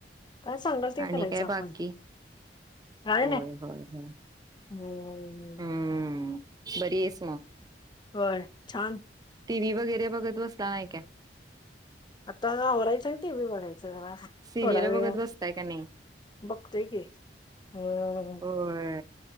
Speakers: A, on the left (about 25°); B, on the right (about 20°).
A: काय सांगाल ते करायचं
B: आणि काय
A: आपण.
B: बाकी?
A: काय
B: होय
A: नाही
B: होय होय.
A: हो..
B: हम्म, बरी आहेस मग.
A: होय छान.
B: टी व्ही वगैरे बघत बसला आहे काय?
A: आता वरायचं ना टि व्ही बघायचा. जरा
B: सिरियल
A: थोडा वेळ
B: बघत बसताय का नाही?
A: बघतोय की. हम्म
B: होय